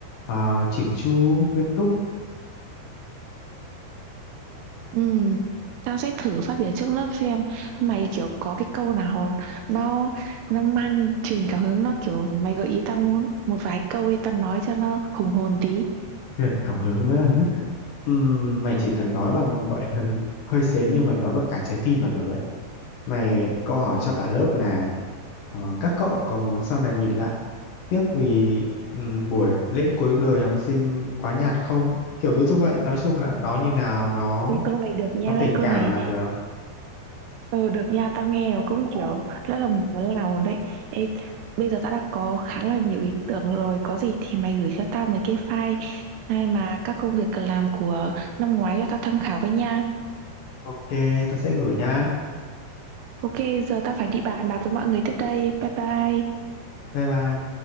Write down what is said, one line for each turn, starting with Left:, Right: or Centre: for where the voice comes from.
Left: ờ, chỉn chu, nghiêm túc,
Right: Ừ, tao sẽ thử phát biểu trước lớp xem mày kiểu có cái câu nào nó nó mang truyền cảm hứng nó kiểu mày gợi ý tao muốn một vài câu thì tao nói cho nó hùng hồn tí
Left: truyền cảm hứng. á. <laughs> Ừm, mày chỉ cần nói bằng gọi là <laughs> hơi sến nhưng mà nói bằng cả trái tim là được ấy. Mày đặt câu hỏi cho cả lớp là ờ, các cậu có muốn sau này nhìn lại tiếc vì ừm, buổi lễ cuối đời học sinh quá nhạt không? Kiểu ví dụ vậy, nói chung là nó như nào nó
Right: Ê, câu này được nha
Left: nó tình
Right: câu
Left: cảm
Right: này
Left: là được.
Right: ờ, được nha tao nghe rồi cũng kiểu rất là muốn làm đấy Ê, bây giờ tao đã có khá là nhiều ý tưởng rồi có gì thì mày gửi cho tao mấy cái file hay mà các công việc cần làm của năm ngoái cho tao tham khảo với nha
Left: Ok, ta sẽ gửi nha.
Right: ok giờ tao phải đi bàn bạc với mọi người tiếp đây bye bye
Left: Bye bye.